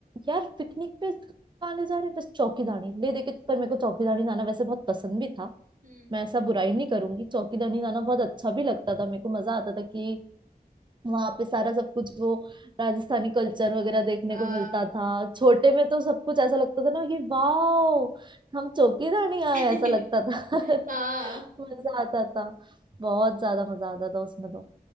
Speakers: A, on the right (about 30°); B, on the right (about 55°).
A: यार पिकनिक पे कहाँ ले जा रहे हैं बस चौकीदानी ले देके पर मेरे को चौकीदानी जाना वैसे बहुत पसंद भी था
B: हम्म
A: मैं ऐसा बुराई नहीं करूंगी चौकीदानी जाना बहुत अच्छा भी लगता था मेरे को मजा आता था कि वहां पे सारा सब कुछ वो राजस्थानी कल्चर वगैरह देखने
B: हाँ
A: को मिलता था छोटे में तो सब कुछ ऐसा लगता था ना कि वाह हम चौकीदानी
B: <laughs>
A: आए ऐसा लगता था <laughs>
B: हाँ
A: मजा आता था बहुत ज्यादा मजा आता था उसमें तो।